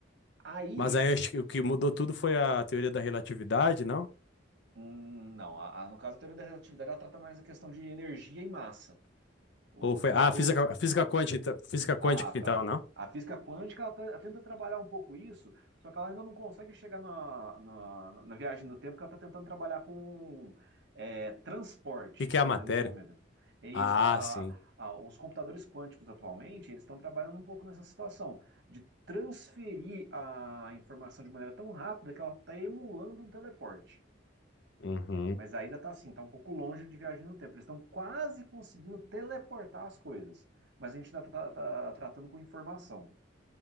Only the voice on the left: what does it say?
Mas aí acho que o que mudou tudo foi a teoria da relatividade, não?
Ou foi.
Ah,
física, física quântica, então, física
quântica, então,
não? O
que que
é a matéria?
Ah,
sim.
Uhum.